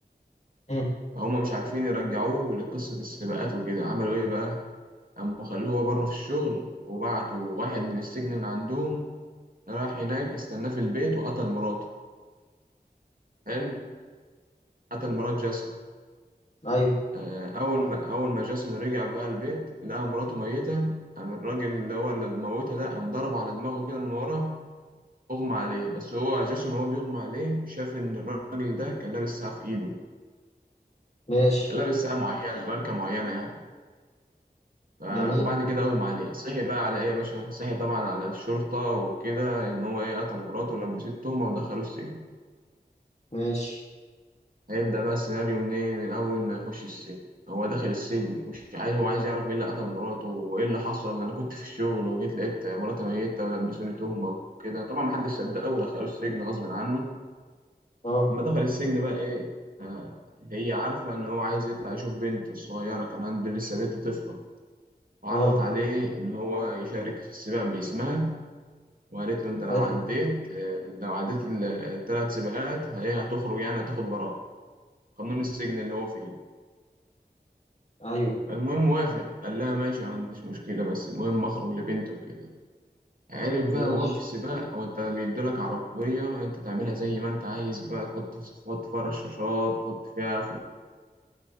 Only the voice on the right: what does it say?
فهم مش عارفين يرجعوه لقصة السباقات وكده عملوا إيه بقى؟ قاموا خلوه هو بره في الشغل وبعتوا واحد من السجن من عندهم راح هناك استناه في البيت وقتل مراته حلو قتل مرات جاسون
آه، أول ما أول ما جاسون رجع بقى البيت لقى مراته ميتة قام الراجل اللي هو اللي موتها ده قام ضربه على دماغه كده من ورا أغمى عليه بس هو جاسون وهو بيغمى عليه شاف إن الراجل ده كان لابس ساعة في إيده
كان لابس ساعة معينة ماركة معينة يعني ف-
وبعد كده اغمى عليه صحي بقى على ايه يا باشا صحي طبعا على الشرطة وكده ان هو ايه قتل مراته ولبسته التهمة ودخله السجن
هيبدأ بقى السيناريو منين من اول ما يخش السجن هو داخل السجن مش عايز هو عايز يعرف مين اللي قتل مراته وايه اللي حصل انا كنت في الشغل وجيت لقيت مراتي ميتة ولبسوني تهمة وكده طبعا محدش صدقه ودخلوه السجن غصب عنه
اما دخل السجن بقى ايه آه هي عارفة ان هو عايز يطلع يشوف بنته الصغيرة كان عنده لسه بنت طفلة وعرضت
عليه إن هو يشارك في السباق باسمها وقالت له انت لو
عديت آه، لو عديت الثلاث سباقات هي هتخرج يعني هتاخد براءة قانون السجن اللي هو فيه
فالمهم وافق قال لها ماشي ما عنديش مشكلة بس المهم اخرج لبنتي وكده عارف بقى
وهو في السباق هو انت بيدولك عربية انت تعملها زي ما انت عايز بقى تحط تحط فيها رشاشات تحط فيها